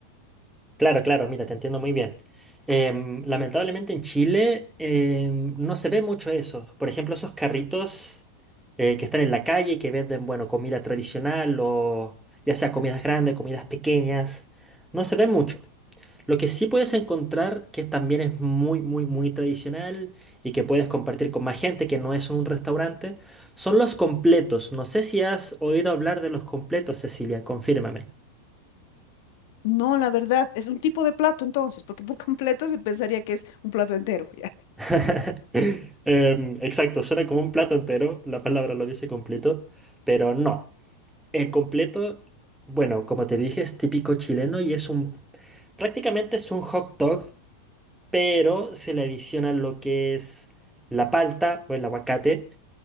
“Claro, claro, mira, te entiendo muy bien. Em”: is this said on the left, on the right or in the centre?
Centre